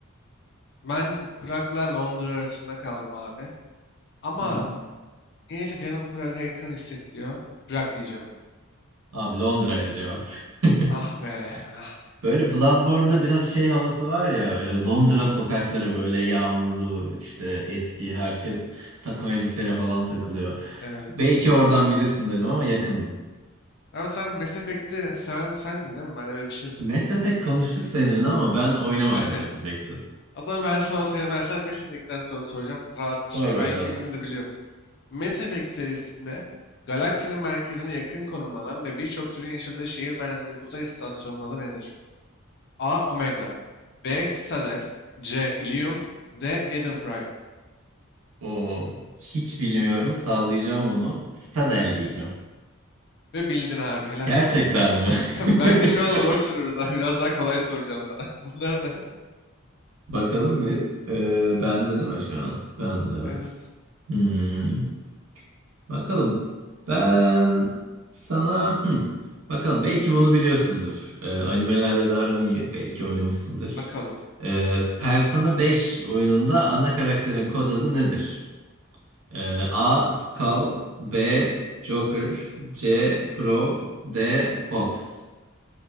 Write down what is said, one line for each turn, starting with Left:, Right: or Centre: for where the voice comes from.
Left: Ben Prag'la Londra arasında kaldım abi. Ama
Right: Hı hı.
Left: niyeyse canım Prag'a yakın hissediyor. Prag diyeceğim.
Right: Abi Londra'ydı cevap. <laughs>
Left: Ah be. ah,
Right: Böyle Bloodborne'da biraz şey havası var ya e, Londra sokakları böyle yağmurlu işte eski herkes takım elbiseyle falan takılıyor.
Left: evet.
Right: Belki oradan bilirsin dedim ama yakındın.
Left: Abi sen Mass Effect'i seven sendin değil mi? Ben öyle bir şey hatırlıyorum.
Right: Mass Effect konuştuk seninle ama ben oynamadım
Left: <laughs> Evet.
Right: Mass Effect'i.
Left: O zaman ben sana o sene, ben sana Mass Effect'ten sor soracağım. Rahat bir şey.
Right: Sor bakalım.
Left: Belki yine de biliyor. Mass Effect serisinde galaksinin merkezine yakın konumlanan ve birçok türün yaşadığı şehir benzeri uzay istasyonunun adı nedir? A. Omega B. Citadel C. Ilium D. Eden Prime
Right: Oo, hiç bilmiyorum sallayacağım onu. Citadel diyeceğim.
Left: Ve bildin abi helal
Right: Gerçekten
Left: olsun.
Right: mi?
Left: <laughs> Bence şu an zor
Right: <laughs>
Left: soruyoruz abi. Biraz daha kolay soracağım sana. <laughs> Bunlar ne?
Right: Bakalım bir. Ee, bende değil mi şu an? Bende evet.
Left: Evet.
Right: Hmm. Bakalım. Ben sana hmm, bakalım belki bunu biliyorsundur. Ee, animelerle de aran iyi. Belki oynamışsındır.
Left: Bakalım.
Right: Ee, Persona 5 oyununda ana karakterin kod adı nedir? Ee, A. Skull B. Joker C. Crow D. Fox